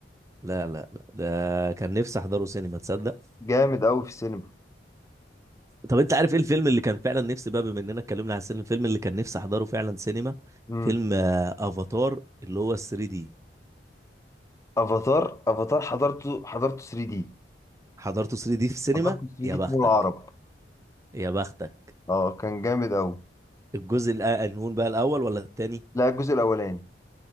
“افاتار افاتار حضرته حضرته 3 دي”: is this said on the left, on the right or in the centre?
Left